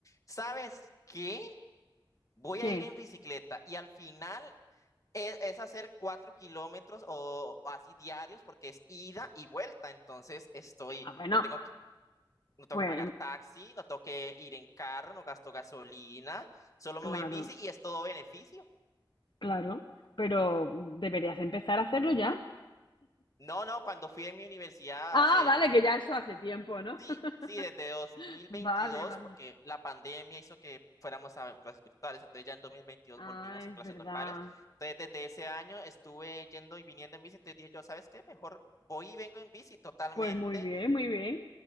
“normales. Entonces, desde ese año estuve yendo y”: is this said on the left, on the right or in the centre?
Left